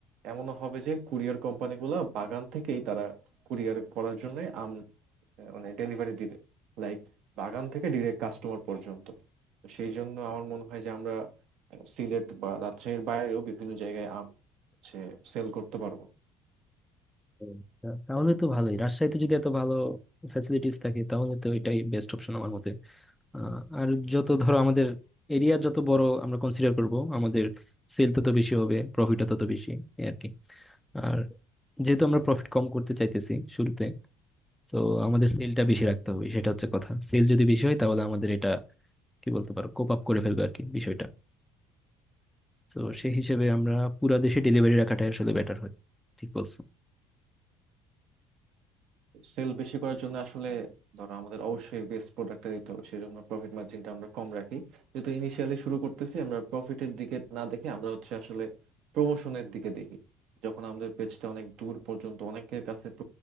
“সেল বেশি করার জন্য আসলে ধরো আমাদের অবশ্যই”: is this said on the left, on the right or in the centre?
Right